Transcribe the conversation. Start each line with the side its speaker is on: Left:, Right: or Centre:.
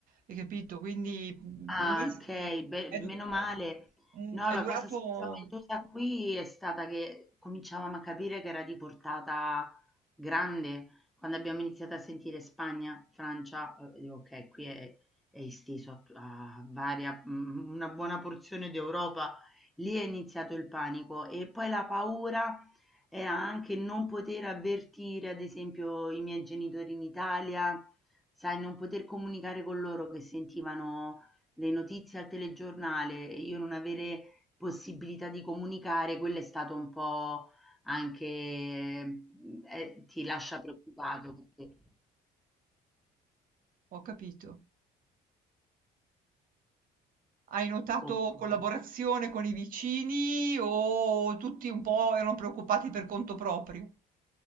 Right: hai capito? Quindi, mhmm,
Centre: Ah,
Right: non es
Centre: okay,
Right: eh,
Centre: beh,
Right: è du
Centre: meno
Right: ehm,
Centre: male.
Right: mhmm,
Centre: No,
Right: è
Centre: la
Right: durato
Centre: cosa spaventosa qui è stata che cominciavamo a capire che era di portata grande quando abbiamo iniziato a sentire Spagna, Francia, uhm, dico: "Okay, qui è è esteso a t a varia mhmm, una buona porzione d'Europa". Lì è iniziato il panico e poi la paura era anche non poter avvertire, ad esempio, i miei genitori in Italia, sai, non poter comunicare con loro che sentivano le notizie al telegiornale e io non avere possibilità di comunicare, quello è stato un po' anche mhmm, eh, ti lascia preoccupato perché
Right: ho capito. Hai notato
Centre: okay.
Right: collaborazione con i vicini o tutti un po' erano preoccupati per conto proprio?